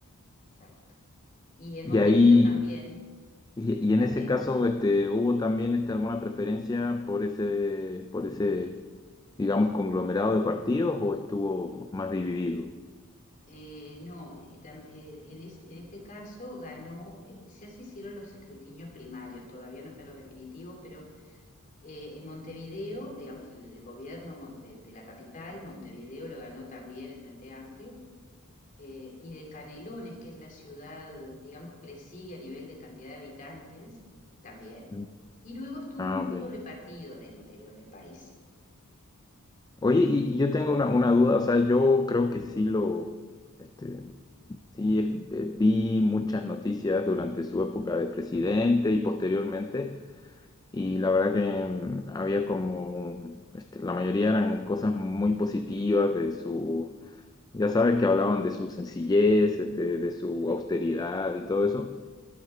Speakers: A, on the left; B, on the left.
A: exacto. Y en
B: Y
A: Montevideo
B: ahí...
A: también,
B: Y, y en
A: también.
B: ese caso, este, ¿hubo también este, alguna preferencia por ese, por ese, digamos, conglomerado de partidos o estuvo más dividido?
A: Eh, no, eh, tam- eh, en este, en este caso ganó, eh, ya se hicieron los escrutinios primarios, todavía no están los definitivos, pero eh, en Montevideo, digamos, el, el gobierno mon- de, de la capital, Montevideo lo ganó también el Frente Amplio, eh, y de Canelones, que es la ciudad, digamos, que le sigue a nivel de cantidad de habitantes, también.
B: Mm.
A: Y luego estuvo
B: Ah,
A: un
B: ok.
A: poco repartido en el interior del país.
B: Oye, y, y yo tengo una, una duda, o sea, yo creo que sí lo, este, sí es- eh, vi muchas noticias durante su época de presidente y posteriormente, y la verdad que mm, había como, este, la mayoría eran cosas muy positivas de sus Ya sabes que hablaban de su sencillez, este, de su austeridad y todo eso.